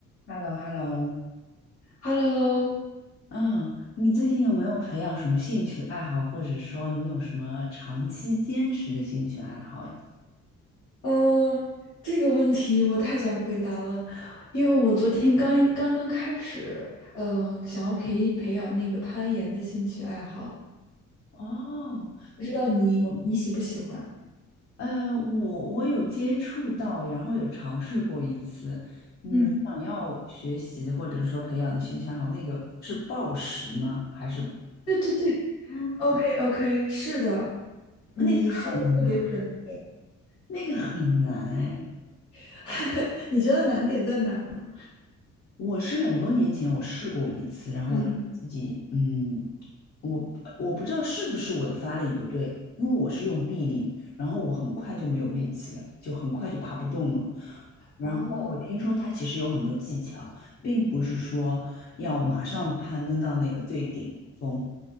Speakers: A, on the left; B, on the left.
A: h e l l o h e l l o
B: Hello，
A: 啊，你最近有没有培养什么兴趣爱好，或者说你有什么长期坚持的兴趣爱好呀？
B: 嗯，这个问题我太想回答了，因为我昨天刚刚刚开始，嗯，想要培培养那个攀岩的兴趣爱好，
A: 哦，
B: 不知道你有你喜不喜欢？
A: 呃，我我有接触到，然后有尝试过一次。你想要学习或者说培养的兴趣爱好，
B: 嗯，
A: 那个是暴食吗？还是
B: 对对对
A: 嗯，
B: ，OK OK，是的，你说的特别准确。
A: 那个很难，那个很难哎。
B: <laughs> 你觉得难点在哪儿呢？
A: 我是很多年前我试过一次，然后我觉得自己，
B: 嗯，
A: 嗯，我我不知道是不是我的发力不对，因为我是用臂力，然后我很快就没有力气了，就很快就爬不动了。然后我听说它其实有很多技巧，
B: 哦，
A: 并不是说要马上攀登到那个最顶峰，